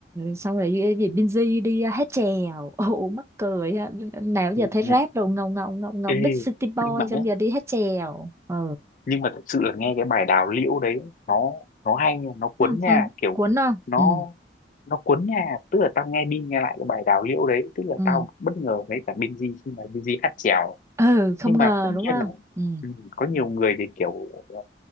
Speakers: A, on the right; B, on the left.
A: xong rồi cái gì Binz đi hát chèo. Ồ mắc cười ha. Nào giờ
B: Ừ. <laughs>
A: thấy rap
B: ừ.
A: đồ ngầu ngầu ngầu ngầu
B: Ê,
A: Big City Boy
B: nhưng mà
A: xong
B: nhé
A: giờ đi hát chèo. Ừ,
B: nhưng mà thật sự là nghe cái bài đào liễu đấy nó nó hay nha nó cuốn
A: nó làm sao?
B: nha kiểu
A: Cuốn không?
B: nó
A: Ừ.
B: nó cuốn nha tức là tao nghe đi nghe lại cái bài đào liễu đấy tức là
A: Ừ.
B: tao bất ngờ với cả Binz khi mà Binz hát chèo
A: ừ không
B: nhưng mà
A: ngờ
B: tất nhiên
A: đúng không
B: là
A: ừ
B: ừ, có nhiều người thì kiểu ờ,